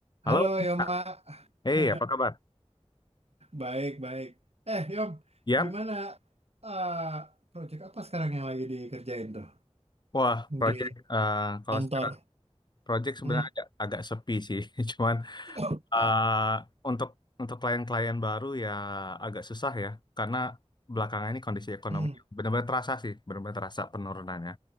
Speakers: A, on the left; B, on the right.
A: Halo,
B: Halo Yoma,
A: Kak. eh
B: <laughs>
A: apa kabar?
B: baik-baik. Eh Yom,
A: Yap,
B: gimana eh proyek apa sekarang yang lagi dikerjain tuh
A: wah, project
B: di
A: eh, kalau
B: kantor?
A: sekarang project sebenarnya
B: Hmm.
A: agak, agak sepi sih, <laughs> cuman
B: <coughs>
A: eh, untuk untuk klien-klien baru ya agak susah ya, karena belakangan ini kondisi ekonomi
B: Hmm.
A: benar-benar terasa sih, benar-benar terasa penurunannya.